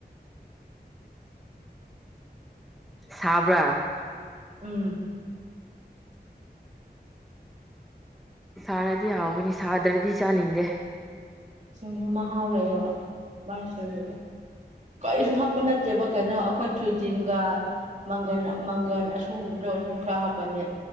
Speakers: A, in the centre; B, on the right.
A: ꯁꯕ꯭ꯔꯥ
B: ꯎꯝ
A: ꯁꯥꯔꯗꯤ ꯍꯥꯎꯒꯅꯤ ꯁꯥꯗ꯭ꯔꯗꯤ ꯆꯥꯅꯤꯡꯗꯦ
B: ꯁꯨꯝ ꯃꯍꯥꯎ ꯂꯩꯌꯦꯕ ꯃꯥꯏꯁꯤꯡꯁꯤꯗ ꯀꯔꯤꯁꯨ ꯍꯥꯞꯄ ꯅꯠꯇꯦ ꯦꯕ ꯀꯩꯅꯣ ꯑꯩꯈꯣꯏ ꯊꯣꯏꯗꯤꯟꯒ ꯃꯪꯒꯟ ꯃꯪꯒꯜ ꯑꯁꯨꯕꯗꯣ ꯑꯗꯨ ꯈꯔ ꯍꯥꯞꯄꯜꯅꯦ